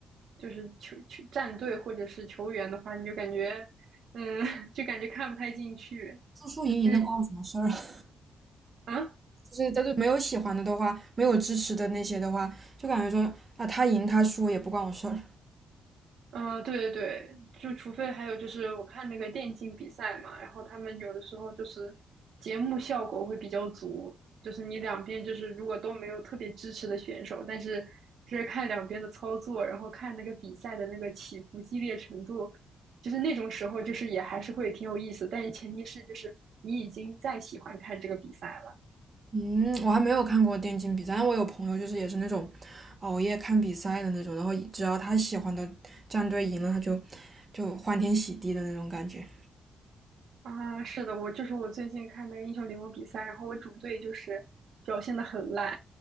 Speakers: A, on the right; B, on the right.
A: 就是球球战队或者是球员的话，你就感觉，嗯，<laughs> 就感觉看不太进去，
B: 输输赢赢的关我什么事儿啊？
A: 就是，
B: <laughs>
A: 啊。
B: 就是但是没有喜欢的的话，没有支持的那些的话，就感觉说啊他赢他输也不关我事儿。
A: 嗯，对对对，就除非还有就是我看那个电竞比赛嘛，然后他们有的时候就是节目效果会比较足，就是你两边就是如果都没有特别支持的选手，但是就是看两边的操作，然后看那个比赛的那个起伏激烈程度，就是那种时候就是也还是会挺有意思，但是前提是就是你已经在喜欢看这个比赛了。
B: 嗯，我还没有看过电竞比赛，但我有朋友就是也是那种熬夜看比赛的那种，然后只要他喜欢的战队赢了，他就就欢天喜地的那种感觉。
A: 啊，是的，我就是我最近看那个英雄联盟比赛，然后我主队就是表现的很烂，